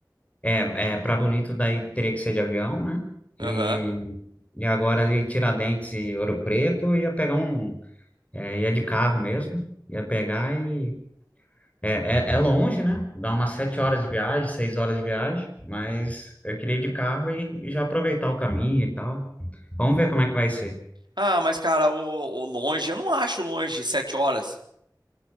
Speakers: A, on the left; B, on the right.
A: É, é, para Bonito daí teria que ser de avião, né?
B: Aham.
A: E, e agora ali Tiradentes e Ouro Preto ia pegar um, é, ia de carro mesmo, ia pegar e é, é, é longe, né? Dá umas sete horas de viagem, seis horas de viagem, mas eu queria ir de carro e, e já aproveitar o caminho e tal. Vamos ver como é que vai ser.
B: Ah, mas, cara, o, o longe, eu não acho longe sete horas.